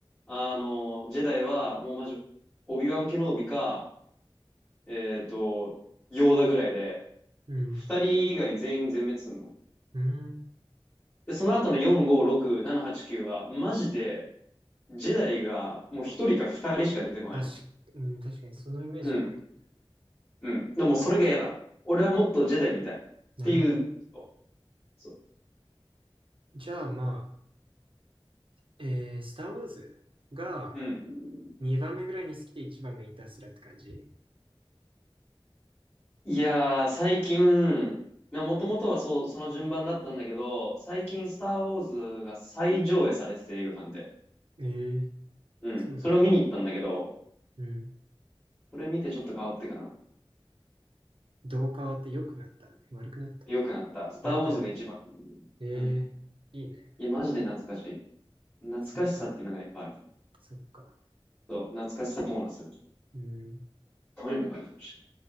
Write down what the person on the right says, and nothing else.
うん。
うん。
確か、うん、確かに、そのイメージはある。
なるほどね。
じゃあ、まあ、えー、スター・ウォーズが
2番目ぐらいに好きで1番がインターステラーって感じ
ええ
そうなんだ。
うん。
どう変わって良くなった悪くなった
良くなった。
ええいいね。
そっか、そっか。
うん。